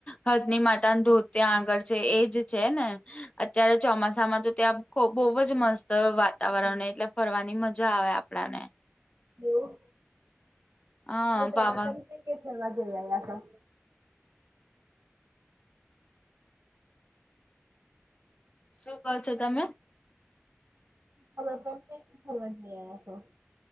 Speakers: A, on the left; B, on the right.
A: હદની માતા ધોત આગળ છે એજ છે ને. અત્યારે ચોમાસામાં તો ત્યાં આકો બહુ જ મસ્ત વાતાવરણ એટલે ફરવાની મજા આવે. ના ને.
B: એવું
A: હા
B: તમે ચોમાસા
A: પાવા
B: કઈ કઈ ફરવા જઈ આયા તા.
A: શું કો છો. તમે
B: હમે ફરતે સ્કુલ મા જી આયા તા.